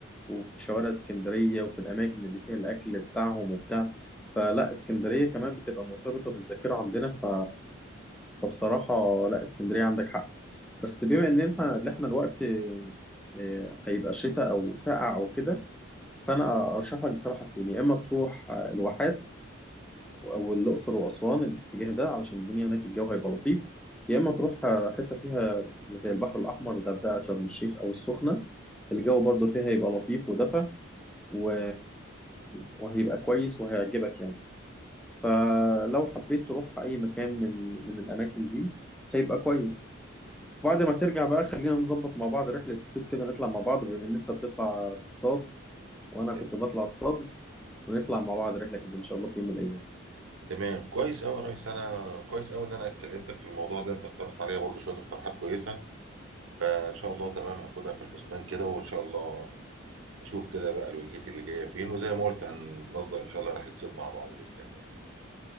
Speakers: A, in the centre; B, on the right (about 80°).
A: وفي شوارع اسكندرية وفي الأماكن اللي فيها الأكل بتاعهم وبتاع فلا اسكندرية كمان بتبقى مرتبطة بالذاكرة عندنا ف... فبصراحة لا اسكندرية عندك حق بس بما إن إحنا اللي إحنا الوقت آه، هيبقى شتاء أو ساقع أو كده فأنا أرشح لك بصراحة اتنين يا إما تروح آه، الواحات أو الأقصر وأسوان الاتجاه ده علشان الدنيا هناك الجو هيبقى لطيف يا إما تروح آه، حتة فيها زي البحر الأحمر الغردقة شرم الشيخ أو السخنة الجو برضو فيها هيبقى لطيف ودفى و... وهيبقى كويس وهيعجبك يعني فلو حبيت تروح أي مكان من من الأماكن دي هيبقى كويس بعد ما ترجع بقى خلينا نظبط مع بعض رحلة صيد كده نطلع مع بعض بما إن أنت بتطلع تصطاد وأنا
B: مم.
A: كنت بطلع اصطاد ونطلع مع بعض رحلة كده إن شاء الله في يوم من الأيام
B: تمام كويس قوي يا ريس انا كويس قوي ان انا كلمتك في الموضوع ده انت اقترحت عليا برضو شويه اقتراحات كويسه آه، ان شاء الله تمام هاخدها في الحسبان كده وان شاء الله اشوف كده بقى الوجهات اللي جايه فين وزي ما قلت هننظم ان شاء الله رحله صيد مع بعض باذن الله